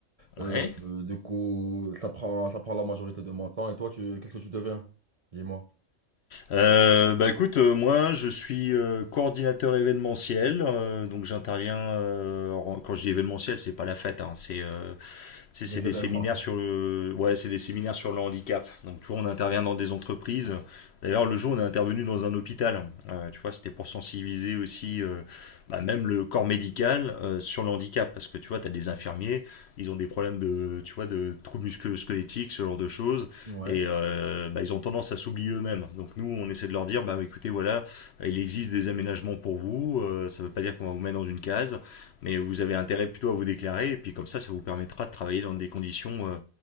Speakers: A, on the right; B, on the left.
A: Euh,
B: ouais.
A: euh, du coup, ça prend, ça prend la majorité de mon temps. Et toi, tu, qu'est-ce que tu deviens? Dis-moi.
B: Euh, bah écoute, euh, moi, je suis euh, coordinateur événementiel, euh, donc j'interviens. euh, en- quand je dis événementiel, c'est pas la fête, hein, c'est euh, Tu sais,
A: Les
B: c'est
A: événements.
B: des séminaires sur le, ouais, c'est des séminaires sur le handicap. Donc, tu vois, on intervient dans des entreprises. D'ailleurs, le jour, on est intervenu dans un hôpital. Euh, tu vois, c'était pour sensibiliser aussi, euh, bah, même le corps médical euh, sur le handicap, parce que tu vois, tu as des infirmiers, ils ont des problèmes de, tu vois, de troubles musculo-squelettiques, ce genre de choses,
A: Ouais.
B: et euh, bah, ils ont tendance à s'oublier eux-mêmes. Donc nous, on essaie de leur dire, bah écoutez, voilà, il existe des aménagements pour vous. Euh, ça ne veut pas dire qu'on va vous mettre dans une case. Mais vous avez intérêt plutôt à vous déclarer, et puis comme ça, ça vous permettra de travailler dans des conditions euh,